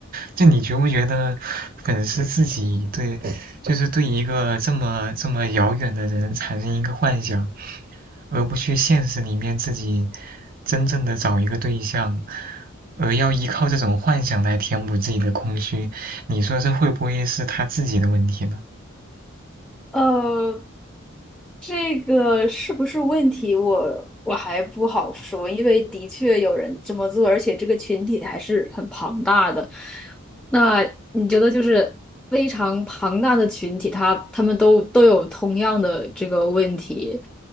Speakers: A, on the right; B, in the centre.
A: 就你觉不觉得粉丝自己对，就是对一个这么这么遥远的人产生一个幻想，而不去现实里面自己真正的找一个对象？而要依靠这种幻想来填补自己的空虚，你说这会不会是他自己的问题呢？
B: 呃，这个是不是问题？我我还不好说，因为的确有人这么做，而且这个群体还是很庞大的。那你觉得就是非常庞大的群体，他他们都都有同样的这个问题，